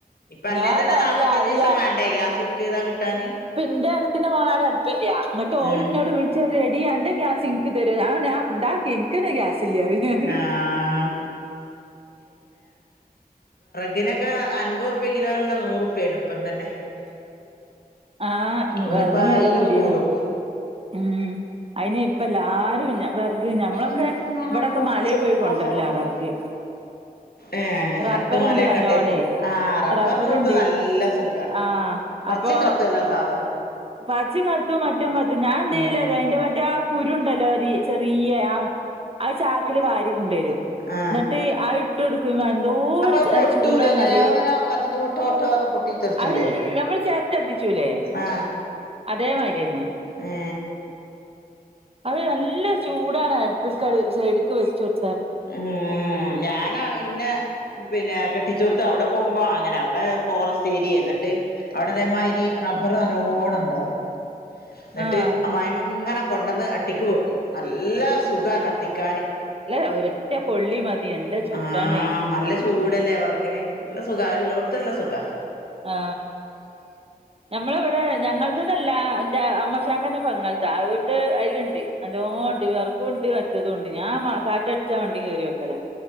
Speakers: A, on the left; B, on the right.
A: ഇപ്പ അല്ലേ
B: ഞാൻ
A: തന്നെ
B: പറയല
A: നാപ്പത്തഞ്ചു
B: ഈ
A: ദിവസം വേണ്ടേ ഗ്യാസ് ബുക്ക് ചെയ്താ കിട്ടാന്.
B: ന്റെ ഇടത്തിന്റെ പോകാട് അടുപ്പമില്ല എന്നിട്ട് ഓളന്നോട്
A: ഉം
B: വിളിച്ച റെഡി ആണ്ട് ഗ്യസ് നിക്കി തരോ ഞാൻ ഞാ ഉണ്ടാക്കി എനിക്കനെ ഗ്യാസല്ല അറിയാന്
A: ആഹ് കിനൊക്കെ അൻപത്റുപ്യ കിലോണുള്ള നൂറുപ്യാണ് ഇപ്പം തന്നെ.
B: ആഹ്
A: ഇനിയിപ്പോ
B: വിറകിന വില
A: അയിലും
B: കൂടീനു
A: കൂടും
B: ഉം. അതിന് ഇപ്പെ ല്ലാരും വെർഗ് ഞമ്മളൊക്കെ
A: എനിക്കും വേണം
B: ഇവിടെക്കെ
A: കുറച്ച്
B: മലേൽ പോയി കൊണ്ടരല
A: ആ സാധനം
B: വെർഗ്
A: ഏ
B: റബ്ബർണ്ട്
A: അടുത്ത മലയൊക്കെ
B: നല്ലോണേ
A: ഉണ്ടേക്കും ആ റബ്ബറിലോടുത്ത്
B: റബ്ബർണ്ട്
A: നല്ല സുഖ
B: ആഹ്
A: പച്ചയും
B: അപ്പൊ
A: കത്തുവല്ല സാധനം
B: പാച്ചിംകത്തും മ റ്റും കത്തും ഞാൻ എന്തീയലറ്
A: ഉം
B: യോ അയിന്റെ മറ്റേ ആ കുരുണ്ടല്ലോ ഒരി ചെറീയ ആ അത് ചാക്കില് വാരി കൊണ്ടേരും
A: ആ
B: ന്നട്ട് അയ് ഇട്ടൊടുക്കും എന്തോരു
A: അപ്പൊ അത് പൊട്ടൂലേ
B: എഹ് ചൂടാന്നറിയോ
A: ഇങ്ങനെ അങ്ങനെ കത്തിച്ച് മുട്ട മുട്ട പറഞ്ഞ് പൊട്ടിത്തെറിച്ചൂലേ
B: അയ് അയ് എയ് നമ്മള് ചേർ റ്റത്തി ചുലെ
A: ആ
B: അതേ മാരിയന്നെ
A: ഏ
B: അഅ് ന ല്ല ചൂടാണ് അടുപ്പിൽക്കട് സൈഡിക്ക് വെച്ചൊട്-
A: ആ ഞാനാ ഇന്നെ പിന്നെ കെട്ടിച്ചോട്ത്ത് അവ്ടെ പോവുമ്പോ അങ്ങനെ അവിടെ ഫോറസ്റ്റ് ഏരിയെ ന്നട്ട് അവിടതേമായിരി റബ്ബറ് നല്ലോണം ണ്ടാവും ന്നട്ട്
B: ആഹ്
A: അമ്മായിമ്മങ്ങനെ കൊണ്ടന്ന് അട്ടിക്ക് വെക്കും നല്ല സുഖാ കത്തിക്കാന്
B: നല്ല ഒരൊറ്റ കൊള്ളി മതി നല്ല ചൂടാണേ
A: ആ നല്ല ചൂടല്ലേ വെർകിന് നല്ല സുഖാ അഇള്ളോട് ത്തല്ലസുഖ
B: ആ ഞമ്മളെവിടെ ഞങ്ങൾതതല്ല എന്റെ അമ്മോശകാക്കാന്റെ പെങ്ങൾതാ അഓണ്ട് അയില്ണ്ട് നല്ലോണ്ട് വെർ ഉണ്ട് മറ്റേതുമുണ്ട് ഞാൻ മ കാറ്റടിച്ചാ വണ്ടി കേറി വെക്കലാ